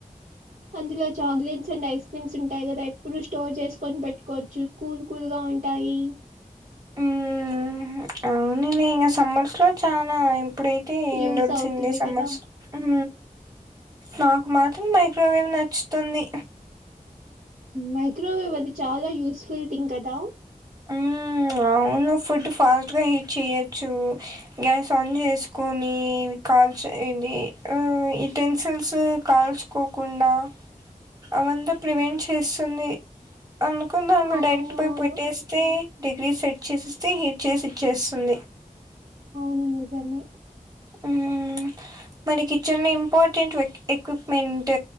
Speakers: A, on the right (about 55°); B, on the right (about 25°).
A: అందులో చాక్లెట్స్ అండ్ ఐస్ క్రీమ్స్ ఉంటాయి కదా ఎప్పుడు స్టోర్ చేసుకొని పెట్కోవచ్చు కూల్ కూల్గా ఉంటాయి
B: ఉం అవ్నులే ఇంగ సమ్మర్స్ లో చాలా ఇప్పుడేం టి
A: యూజ్
B: ఎండొచ్చింది
A: అవుతుంది
B: సమ్మర్స్
A: కదా!
B: ఉం నాకు మాత్రం మైక్రోవేవ్ నచ్తుంది
A: మైక్రోవేవ్ అది చాలా యూస్ఫుల్ థింగ్ కదా
B: ఉం అవును ఫుడ్ ఫాస్ట్గా హీట్ చేయొచ్చు గ్యాస్ ఆన్ చేస్కోని కాల్చ ఏంది ఆ ఉటెన్సిల్సు కాల్చు కోకుండా అవంత ప్రివెంట్ చేస్తుంది అందుకుని దాంట్లో
A: అవును.
B: డైరెక్ట్ పోయి
A: అవును.
B: పెట్టేస్తే డిగ్రీ సెట్ చేసేస్తే హీట్ చేసి ఇచ్చేస్తుంది
A: ఆ నిజమే
B: ఉం మన కిచెన్ ఇంపార్టెంట్ ఎక్విప్మెంట్